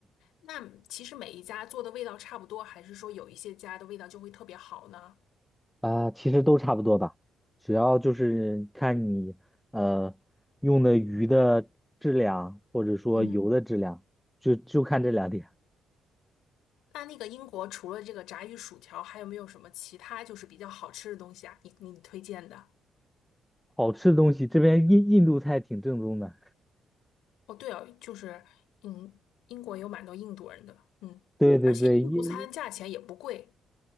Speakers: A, on the left; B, in the centre.
A: 那其实每一家做的味道差不多，还是说有一些家的味道就会特别好呢？
B: 啊，其实都差不多吧，主要就是看你呃用的鱼的质量，或者说油的质量，
A: 嗯。嗯
B: 就就看这两点。
A: 那那个英国除了这个炸鱼薯条，还有没有什么其他就是比较好吃的东西啊？你你推荐的？
B: 好吃的东西，这边印印度菜挺正宗的。
A: 哦，对哦，就是嗯，英国有蛮多印度人的，嗯，
B: 对对对，
A: 而且印度餐价钱也不贵，
B: 印